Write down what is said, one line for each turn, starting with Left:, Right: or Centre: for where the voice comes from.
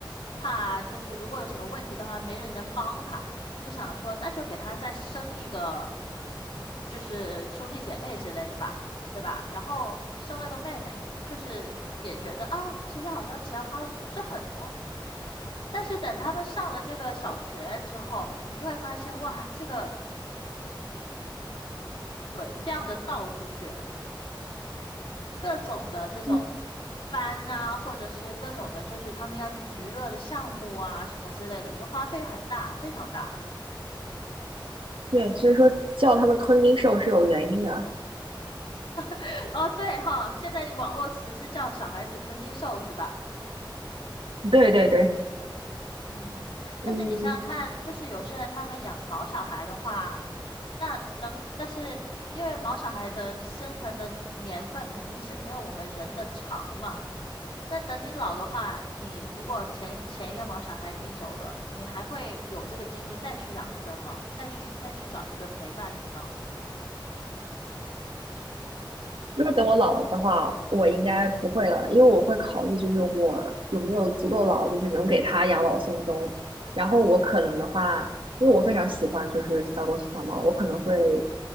Left: 怕就是如果有什么问题的话，没人能帮他，就想说那就给他再生一个，就是兄弟姐妹之类的吧，对吧？然后生了个妹妹，就是也觉得啊，其实好像钱花了不是很多。但是等他们上了这个小学之后，你就会发现，哇，这个鬼这样的倒出去。各种的这种班啊，
Right: 嗯，
Left: 或者是各种的，就是他们要去娱乐的项目啊，什么之类的，这花费很大，非常大。
Right: 对，所以说叫他们吞金兽是有原因的。
Left: <laughs> 哦，对哈，现在网络词是叫“小孩子吞金兽”是吧？
Right: 对对对，
Left: 嗯，
Right: 嗯，
Left: 但是你想想看，就是有些人他们养毛小孩的话，那等，但是因为毛小孩的生存的年份肯定是没有我们人的长嘛，那等你老的话，你如果前前一个毛小孩已经走了，你还会有这个精力再去养一个吗？再去再去找一个陪伴你吗？
Right: 如果等我老了的话，我应该不会了，因为我会考虑，就是我有没有足够老，就是能给他养老送终。然后我可能的话，因为我非常喜欢就是小狗小猫，我可能会